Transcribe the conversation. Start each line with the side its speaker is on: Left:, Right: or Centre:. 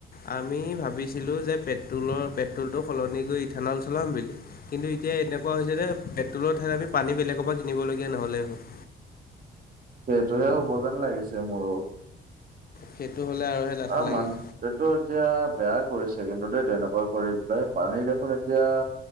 Left: আমি ভাবিছিলোঁ যে পেট্ৰলৰ-পেট্ৰলটো সলনি কৰি ইথানল চলাম বুলি। কিন্তু এতিয়া এনেকুৱা হৈছে যে, পেট্ৰল ঠাইত আমি পানী বেলেগৰ পৰা কিনিবলগীয়া নহ'লে হল।
Right: সেইটোহে হ'ব যেন লাগিছে মোৰো।
Left: সেইটো হ'লে আৰুহে লাথা
Right: অ
Left: লাগিব
Right: মানত যিটো <unintelligible> এতিয়া বেয়া কৰিছে কিন্তু দেই তেনেকুৱা কৰি পেলাই পানী দেখোন এতিয়া